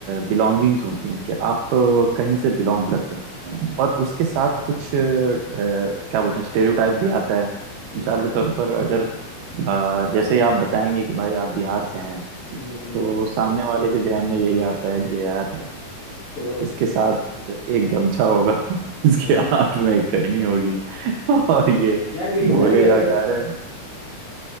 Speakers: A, on the right (about 80°); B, on the left (about 80°).
A: बिलोंगिंग्स होती हैं कि आप अ, कहीं से बिलोंग करते हैं और उसके साथ कुछ अ, क्या बोलते हैं स्टेरियोटाइप भी आता है
B: हम्म
A: मिसाल के तौर पर अगर अ, जैसे ही आप बताएंगे कि भाई आप बिहार से हैं
B: हम्म
A: तो सामने वाले के ध्यान में यही आता है कि यार
B: श्योर है
A: इसके साथ एक गमछा होगा <laughs> इसके
B: <laughs>
A: हाथ में एक कहनी होगी <laughs> और ये
B: यार ये तो
A: बोलेगा
B: मैं भी करता हूँ
A: क्या अरे